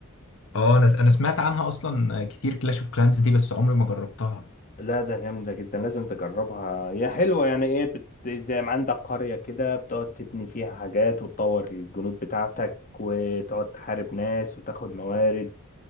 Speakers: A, on the left; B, on the left.
A: اه انا انا سمعت عنها اصلا كتير كلاش اوف كلانز دي بس عمري ما جربتها
B: لا ده جامدة جدا لازم تجربها هي حلوة يعني ايه بت... زي ما عندك قرية كده بتقعد تبني فيها حاجات وتطور الجنود بتاعتك وتقعد تحارب ناس وتاخد موارد